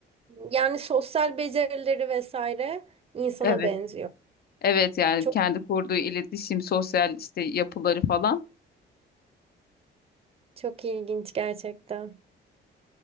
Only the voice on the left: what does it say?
Evet.
Evet yani
kendi kurduğu iletişim, sosyal işte yapıları falan.